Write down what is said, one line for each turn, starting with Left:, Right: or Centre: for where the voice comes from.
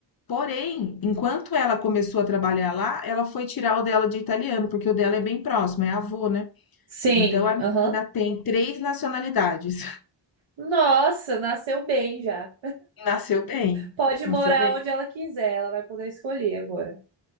Left: Porém, enquanto ela começou a trabalhar lá, ela foi tirar o dela de italiano, porque o dela é bem próximo, é avô, né?
Right: Sim,
Left: Então a menina
Right: aham.
Left: tem 3 nacionalidades. <laughs>
Right: Nossa, nasceu bem já.
Left: Nasceu bem,
Right: Pode
Left: nasceu
Right: morar
Left: bem.
Right: onde ela quiser, ela vai poder escolher agora.